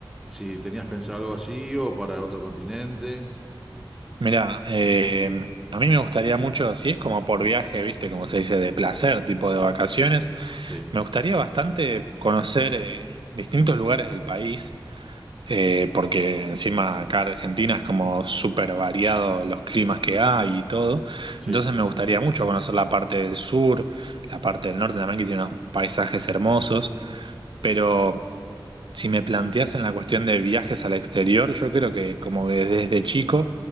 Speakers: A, in the centre; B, on the right.
A: si tenías pensado algo así o para otro continente.
B: Mira, eh, a mí me gustaría mucho, así es como por viaje, viste, como se dice, de placer, tipo de vacaciones.
A: Sí,
B: Me gustaría bastante conocer eh, distintos lugares del país, eh, porque encima acá en Argentina es como súper variado los climas que hay y todo.
A: sí,
B: Entonces
A: totalmente.
B: me gustaría mucho conocer la parte del sur, la parte del norte también, que tiene unos paisajes hermosos. Pero si me planteas en la cuestión de viajes al exterior, yo creo que como que desde chico